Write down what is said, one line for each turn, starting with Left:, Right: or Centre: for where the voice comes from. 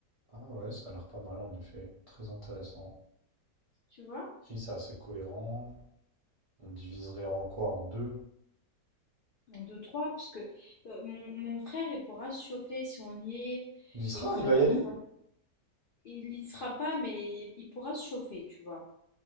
Right: Ah ouais, ça a l'air pas mal en effet. Très intéressant.
Left: tu vois?
Right: Après, c'est assez cohérent. On le diviserait en quoi? En deux?
Left: En deux, trois, parce que euh, mon, mon frère, il pourra se chauffer si on y est
Right: Il y sera,
Left: et qu'on
Right: il
Left: leur
Right: va y
Left: propose.
Right: aller?
Left: Il y sera pas, mais il pourra se chauffer, tu vois.